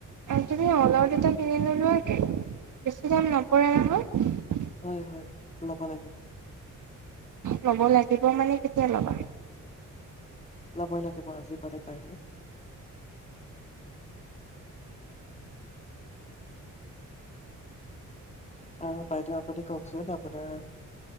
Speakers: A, on the right (about 65°); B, on the left (about 20°).
A: তুমি অলআউট দুটা কিনি নলোৱাকে বেছি দাম নপৰে নহয়।
B: হয় হয় ল'ব লাগিব।
A: ল'ব লাগিব মানে কেতিয়া ল'বা?
B: লবই লাগিব আজি পালে পাৰিলে। আৰু বাইদেউ আপুনি কওকচোন আপোনাৰ